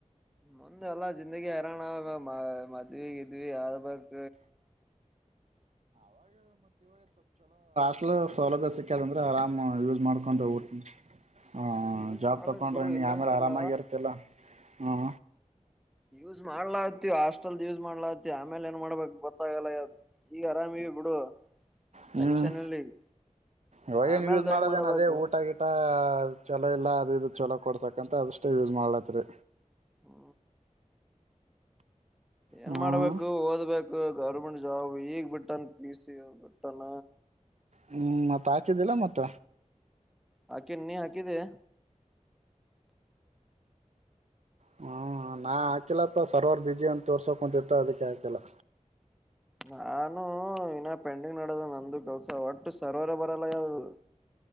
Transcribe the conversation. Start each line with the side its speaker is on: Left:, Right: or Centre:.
Centre: ಮುಂದ್ ಎಲ್ಲಾ ಜಿಂದಗಿ ಹರಾಣಗಮ. ಮದುವ ಇದವಿ ಆರ್ಬಕ
Right: ಮ ಸೌಲಭ್ಯ ಸಿಕ್ಕ್ಯದ ಅಂದ್ರೆ ಆರಾಮ್ ಯೂಸ್ ಮಾಡ್ಕೊಂಡ ಊಟ ಹಾ
Centre: ಯೂಸ್
Right: ಜಾಬ್
Centre: ಮಾಡ್ಬೇಕ್
Right: ತಕೊಂಡ್ರೆ
Centre: ಬಿಡು
Right: ನೀ
Centre: ಇಲ್ಲಂತಿಲ್ಲ
Right: ಆಮೇಲೆ ಆರಾಮಾಗಿ ಇರ್ತಿಿಲ್ಲ. ಹ್ಮ
Centre: ಯೂಸ್ ಮಾಡ್ಲಾ ಹಾಸ್ಟೆಲ್ ಯೂಸ್ ಮಾಡ್ಲಾತಿ ಆಮೇಲೆ ಏನ್ ಮಾಡ್ಬೇಕಕ್ ಗೊತ್ತಾಗಲ್ಲ ಈಗ ಆರಾಮ ಬಿಡು
Right: ಹ್ಮ್
Centre: ಟೆನ್ಷನ್ ಇಲ್ಲ ಈಗ
Right: ಇವಾಗೇನ್
Centre: ಆಮೇಲ್ದ
Right: ಯೂಸ್ ಮಾಡೋದೇನ
Centre: ಹೆಂಗ್ ಮಾಡಬೇಕು
Right: ಅದೇ ಊಟ ಗಿಟ? ಚಲೋ ಇಲ್ಲ ಅದ ಇ ಚಲೋ ಕೊಡ್ಸಕಂತ ಅದಷ್ಟೇ ಯೂಸ್ ಮಾಡ್ಲತ್ರಿ.
Centre: ಹ್ಮ ಏನ್
Right: ಹ್ಮ್
Centre: ಮಾಡ್ಬೇಕು ಓದ್ಬೇಕು ಗೌರ್ಮೆಂಟ್ ಜಾಬ್ ಈಗ್ ಬಿಟ್ಟನ್ ಪ್ಲೀಸ್ ಕಟ್ಟಣ
Right: ಹ್ಮ್ ಮತ್ತ ಹಾಕಿದ್ದಿಲ್ಲ ಮತ್ತ
Centre: ಹಾಕಿ ನೀ ಹಾಕಿದೆ
Right: ಹ್ಮ ನಾ ಆಕಲ <inaudible> ಸರ್ವರ್ ಬಜಿ ಅಂತ ತೋರ್ಸೋಕ್ ಕುಂತಿರ್ತ ಅದಕ್ಕೆ ಆಕಿಲ್ಲ
Centre: ನಾನು ಇನ್ನ ಪೆಂಡಿಂಗ್ ನಡದ ನಂದು ಕೆಲ್ಸ ಒಟ್ಟು ಸರೋವರ ಬರಲ್ಲ ಯಾವದು